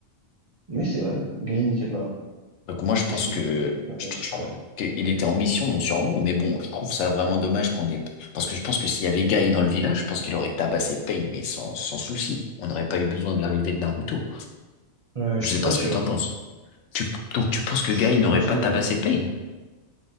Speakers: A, on the right; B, on the left.
A: mais c'est vrai, Gain n'était pas là.
B: Donc moi, je pense
A: Qu'est-ce qu'il
B: que
A: fait? Ouais,
B: je,
A: je
B: je-
A: sais pas.
B: qu'il était en mission donc sûrement, mais bon, je trouve ça vraiment dommage qu'on ait... Parce que je pense que s'il y avait Guy dans le village, je pense qu'il aurait tabassé Pain, mais sans, sans souci. On n'aurait pas eu besoin de l'arrivée de Naruto.
A: Euh,
B: Je
A: je suis
B: sais
A: pas
B: pas ce
A: sûr.
B: que t'en penses. Tu, donc tu penses que
A: Je
B: Guy
A: suis
B: n'aurait
A: pas sûr.
B: pas tabassé Pain?